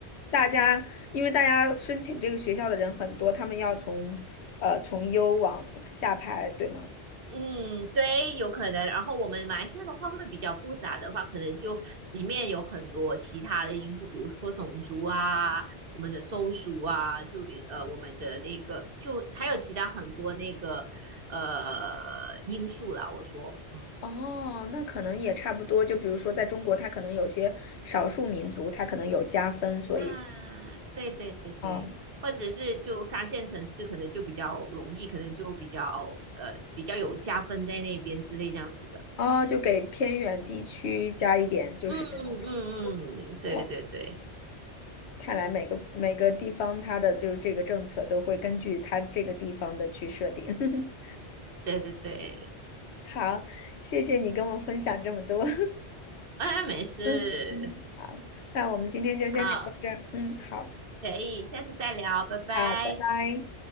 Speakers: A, on the left; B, on the right.
A: 大家，因为大家申请这个学校的人很多，他们要从呃从优往下排，对吗？
B: 嗯，对，有可能。然后我们马来西亚的话会比较复杂的话，可能就里面有很多其他的因素，比如说种族啊，我们的州属啊，就呃我们的那个，就还有其他很多那个呃因素啦。我说，嗯
A: 哦，那可能也差不多。就比如说，在中国，他可能有些少数民族，他可能有加分，所以
B: 啊，对对对对，
A: 哦
B: 或者是就三线城市可能就比较容易，可能就比较呃比较有加分在那边之类这样子的。
A: 哦，就给偏远地区加一点，就是这种。
B: 嗯嗯嗯，嗯对对对
A: 哦，看来每个每个地方它的就是这个政策都会根据它这个地方的去设定。<laughs>
B: 对对对。
A: 好，谢谢你跟我分享这么多。
B: 哎，没事，
A: 嗯嗯，好，那我们今天就先聊到这儿。
B: 好，
A: 嗯，好，
B: 可以，下次再聊，拜拜。
A: 好，拜拜。